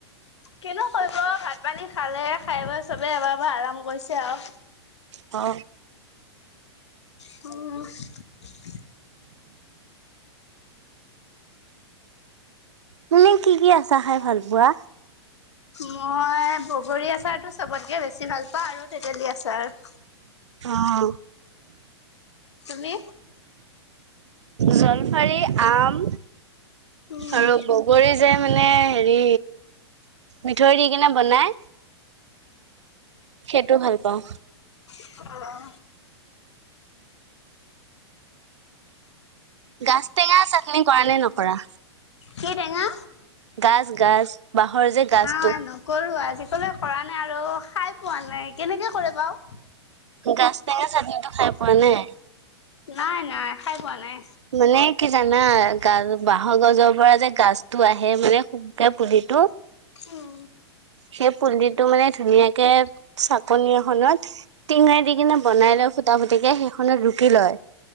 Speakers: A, on the left (about 75°); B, on the right (about 80°).
A: কিনো কৰিব ভাত পানী খালে খাই বৈ চবে এবাৰ এবাৰ আৰাম কৰিছে আৰু।
B: অ।
A: আৰু
B: মানে কি কি আছা খাই ভাল পোৱা
A: মই বগৰী আচাৰটো চবতকে বেছি ভাল পাওঁ আৰু তেতেলী আচাৰ
B: অহঁ
A: তুমি।
B: জলফাৰী, আম
A: উম,
B: আৰু বগৰী যে মানে হেৰি, মিঠৈ দি কিনে বনাই। সেইটো ভাল পাওঁ
A: অ',
B: গাছ টেঙা চাটনি কৰা নে নকৰা
A: কি টেঙা
B: গাজ-গাজ বাঁহৰ যে গাজ
A: আহ নকৰো আজিকালি কৰা নাই আৰু খাই পোৱা নাই কেনেকে কৰে বাও?
B: গাজ টেঙা চাটনিটো খাই পোৱা নাই।
A: নাই নাই খাই পোৱা নাই
B: মানে কি জানা গাজ বাঁহৰ গছৰ পৰা যে গাজটো আহে মানে সুককে পুলি টো
A: উম
B: সেই পুলিটো মানে ধুনীয়াকে চাকনি এখনত টিঙাই দি কিনে বনাই লৈ ফুটা ফুটিকে সেইখনত ৰুকি লয়,